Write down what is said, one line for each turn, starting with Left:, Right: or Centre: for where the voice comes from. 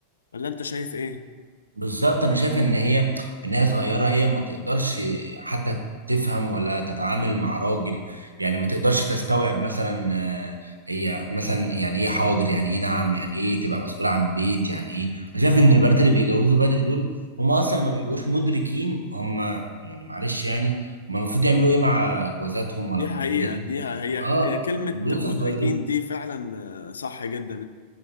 Left: ولا أنت شايف إيه؟
Right: بالظبط انا شايف ان هي ان هي صغيره هي ما تقدرش حتى تفهم ولا تتعامل مع راجل يعني ما تقدرش تستوعب مثلا آه، هي مثلا يعني ايه حاضر يعني ايه نعم يعني ايه تبقى مسؤول عن بيت يعني ايه انا شايف ان البنات اللي بيتجوزوا بدري دول هم اصلا ما بيبقوش مدركين هم يعني معلش يعني هم المفروض يعملوا ايه مع جوازاتهم ولا
Left: دي
Right: المفروض
Left: حقيقة
Right: يعملوا
Left: دي ه-
Right: إيه؟
Left: هي
Right: اه
Left: هي كلمة
Right: بيبقوا
Left: مدركين
Right: لسه صغيرين
Left: دي فعلا آه، صح جدا